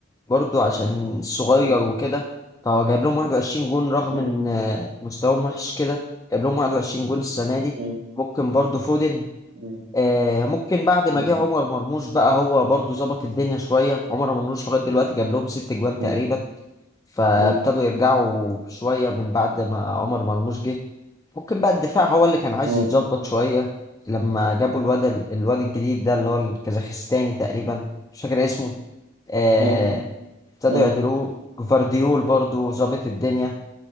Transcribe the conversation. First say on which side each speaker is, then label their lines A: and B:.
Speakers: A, on the left; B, on the right.
A: برضو عشان صغير
B: مم.
A: وكده فهو جايب لهم 21 جون رغم
B: مم.
A: ان آه، مستواهم وحش كده جايب لهم 21 جون السنة دي
B: مم.
A: ممكن برضو فودن
B: مم.
A: آه ممكن بعد ما
B: مم.
A: جه عمر مرموش بقى هو برضو ظبط الدنيا شوية عمر مرموش لغاية دلوقتي جاب لهم ست جوان تقريبا
B: مم.
A: فابتدوا
B: مم.
A: يرجعوا شوية من بعد ما عمر مرموش جه ممكن بقى الدفاع هو اللي كان عايز
B: مم.
A: يتظبط شوية لما جابوا الواد ال- الواد الجديد ده اللي هو الكازاخستاني تقريبا مش فاكر اسمه آه،
B: مم.
A: ابتدوا
B: مم.
A: يعدلوه جفارديول برضو ظابط الدنيا